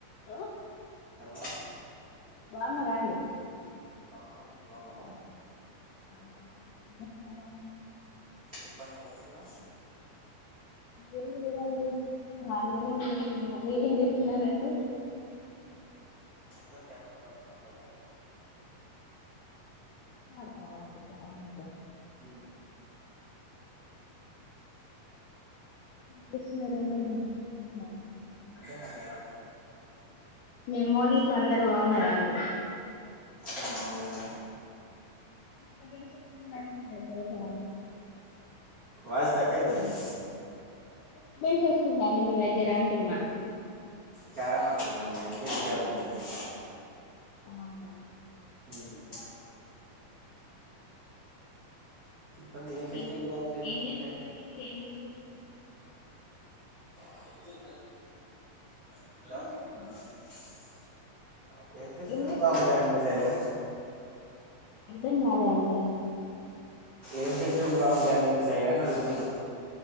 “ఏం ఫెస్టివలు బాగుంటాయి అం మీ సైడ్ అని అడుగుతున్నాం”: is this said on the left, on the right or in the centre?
Right